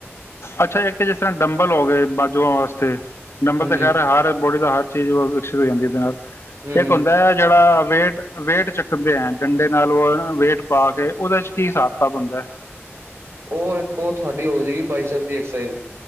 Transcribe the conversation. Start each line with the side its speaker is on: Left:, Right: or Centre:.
Left: ਅੱਛਾ ਇੱਕ ਤਾਂ ਜਿਸ ਤਰ੍ਹਾਂ ਡੰਬਲ ਹੋ ਗਏ ਬਾਜੂਆਂ ਵਾਸਤੇ ਨੰਬਰ
Right: ਹਾਂਜੀ
Left: ਤਾਂ ਖੈਰ ਹਰ ਬੋਡੀ ਦਾ ਹਰ ਚੀਜ਼ ਉਹ ਵਿਕਸਿਤ ਜਾਂਦੀ ਉਹਦੇ ਨਾਲ
Right: ਹੂੰ
Left: ਇੱਕ
Right: ਹੂੰ
Left: ਹੁੰਦਾ ਹੈ ਜਿਹੜਾ, ਪੇਟ ਵੇਟ ਚੱਕਦੇ ਆ ਡੰਡੇ ਨਾਲ ਉਹ ਵੇਟ ਪਾ ਤੇ ਉਹਦੇ ਚ ਕੀ ਹਾਸਤਾ ਬਣਦਾ,
Right: ਉਹ ਖੋ ਤੁਹਾਡੀ ਹੋ ਜਾਏਗੀ ਬਾਈਸਬ ਦੀ ਐਕਸ